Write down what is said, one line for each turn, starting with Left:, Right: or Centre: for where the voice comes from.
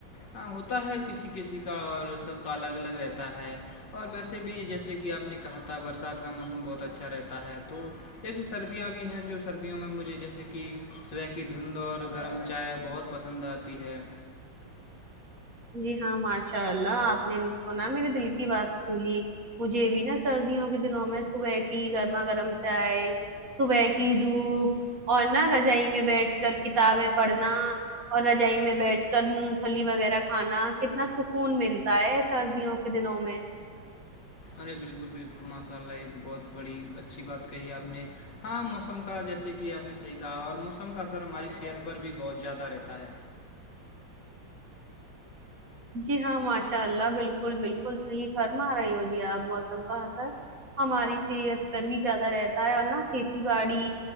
Left: ہاں ہوتا ہے کسی کسی کا اور سب کا الگ الگ رہتا ہے اور ویسے بھی جیسے کہ آپ نے کہا تھا برسات کا موسم بہت اچھا رہتا ہے تو ایسی سردیاں بھی ہیں جو سردیوں میں مجھے جیسے کہ صبح کی دھند اور گرم چائے بہت پسند آتی ہے
Right: جی ہاں ماشاء اللہ آپ نے تونا میرے دل کی بات بولی مجھے بھی نا سردیوں کے دنوں میں صبح کی گرما گرم چائے صبح کی دھوپ اور نہ رجائی میں بیٹھ کر کتابیں پڑھنا اور رجائی میں بیٹھ کر مونگ پھلی وغیرہ کھانا کتنا سکون ملتا ہے سردیوں کے دنوں میں
Left: ارے بالکل بالکل ماشاء اللہ یہ تو بہت بڑی اچھی بات کہی آپ نے ہاں موسم کا جیسے کہ آپ نے صحیح کہا اور موسم کا اثر ہماری صحت پر بھی بہت زیادہ رہتا ہے
Right: جی ہاں ماشاء اللہ بالکل بالکل صحیح فرم آ رہی ہو جی آپ موسم کہاں سر ہماری صحت پر بھی زیادہ رہتا ہے اور نا کھیتی باڑی